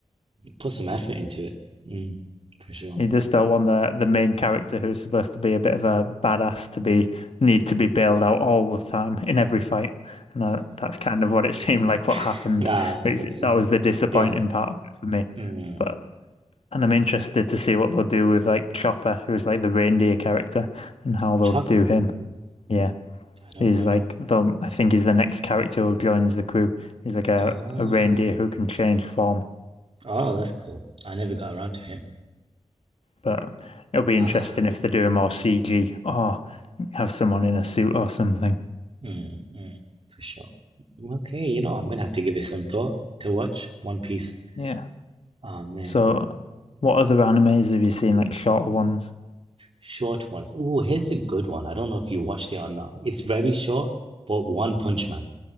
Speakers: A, on the right; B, on the left.
A: put some effort into it. Mm, for sure.
B: You just don't want the the main character who's supposed to be a bit of a badass to be need to be bailed out all the time in every fight, and that, that's kind of what it <laughs> seemed like
A: <laughs>
B: what happened.
A: Ah,
B: which-
A: that's in
B: that
A: it.
B: was the disappointing
A: Yeah.
B: part for me.
A: Mm.
B: But and I'm interested to see what they'll do with like Chopper, who's like the reindeer character, and how they'll
A: Chopper.
B: do him.
A: Ooh,
B: Yeah.
A: I don't,
B: He's
A: I
B: like
A: don't.
B: the, I think he's the next character who joins the crew. He's like a,
A: Ah,
B: a reindeer
A: who is
B: who
A: it?
B: can change form.
A: Oh, that's cool. I never got around to him.
B: But it'll be
A: Ah,
B: interesting if they do more
A: yeah.
B: CG or have someone in a suit or something.
A: Mm, mm, for sure. Okay, you know, I'm gonna have to give it some thought to watch One Piece.
B: Yeah.
A: Oh man,
B: So, what other animes have you seen, like shorter ones?
A: short ones. Oh, here's a good one. I don't know if you watched it or not. It's very short, but One Punch Man.